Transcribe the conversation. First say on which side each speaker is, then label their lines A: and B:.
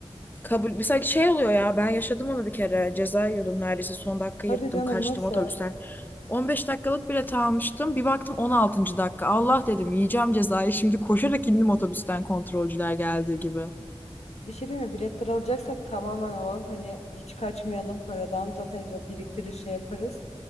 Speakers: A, on the left; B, on the left.
A: kabul mesela şey oluyor ya ben yaşadım onu bir kere ceza yiyordum neredeyse son dakika
B: Hadi
A: yırttım
B: canım
A: kaçtım
B: nasıl?
A: otobüsten 15 dakikalık bilet almıştım bir baktım 16. dakika Allah dedim yiyeceğim cezayı şimdi koşarak indim otobüsten kontrolcüler geldiği gibi.
B: Bir şey değil mi? Biletleri alacaksak tamamen alalım. Hani hiç kaçmayalım paradan. Zaten işte biriktirir şey yaparız.